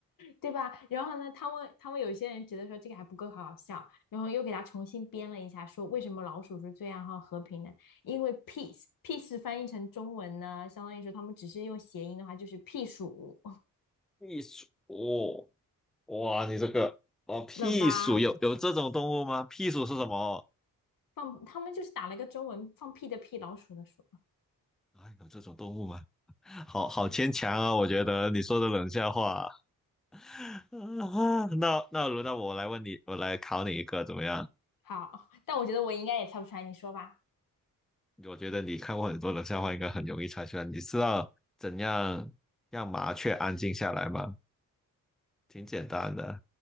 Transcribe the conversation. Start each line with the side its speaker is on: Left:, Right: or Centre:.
Left: 对吧？然后呢，他们他们有些人觉得说这个还不够好笑，然后又给他重新编了一下，说为什么老鼠是最爱好和平的？因为 peace peace 翻译成中文呢，相当于说他们只是用谐音的话就是屁鼠
Centre: 避暑，哦哇，你这个哦，屁鼠有有这种动物吗？
Left: 了吧？
Centre: 屁鼠是什么？
Left: 放他们就是打了个中文放屁的屁，老鼠的鼠。
Centre: 啊，有这种动物吗？<laughs> 好好牵强啊，我觉得你说的冷笑话。啊，<laughs> 那那轮到我来问你，我来考你一个怎么样？
Left: 好，但我觉得我应该也猜不出来，你说吧。
Centre: 我觉得你看过很多冷笑话，应该很容易猜出来。你知道怎样让麻雀安静下来吗？挺简单的，